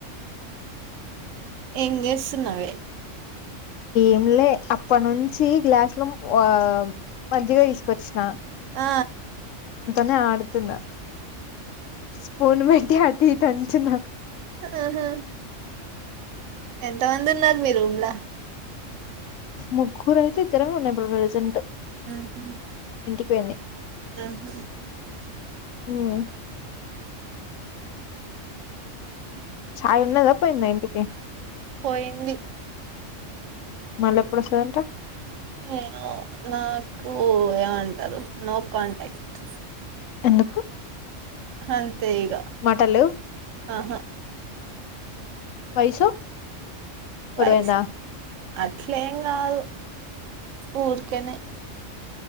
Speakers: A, on the right; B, on the left.
A: ఏం చేస్తున్నావే
B: ఎమ్ లే అప్పటి నుంచి గ్లాసులు ఆ మజ్జిగా తీసుకొచ్చిన
A: ఆ
B: నే అడుతు తునా స్పూన్ పి అది టీ టెన్షన్
A: ఆహా ఎంత మంది ఉన్నారు మీ రూమ్లా
B: ముగ్గురు అయితే ఇద్దరమే ఉన్నాము ప్రెజెంట్
A: ఉమ్ హు
B: వెని
A: అహుం
B: ఉమ్ ఛాయ ఉన్నద పోయిందా ఇంటికి
A: పోయింది
B: మళ్ళీ ఎప్పుడు వస్తాడంటా
A: ఏమో నాకు ఓ ఏమంటారు న కాంటాక్ట్
B: ఎందుకు
A: హ తెయగా
B: మాటలు
A: ఆహా
B: వైసో గొడవైందా
A: వాయిస్ అట్లేం కాదు ఊరకనే